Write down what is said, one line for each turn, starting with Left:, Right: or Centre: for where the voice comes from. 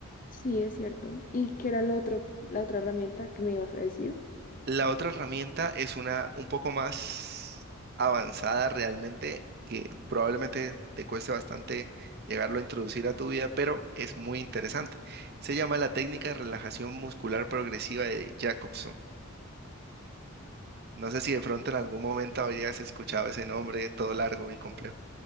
Left: Sí, es cierto. ¿Y qué era lo otro, la otra herramienta que me ibas a decir?
Right: La otra herramienta es una un poco más avanzada realmente, que probablemente te cueste bastante llegarlo a introducir a tu vida, pero es muy interesante. Se llama la técnica de relajación muscular progresiva de Jacobson. No sé si de pronto en algún momento habrías escuchado ese nombre todo largo y complejo.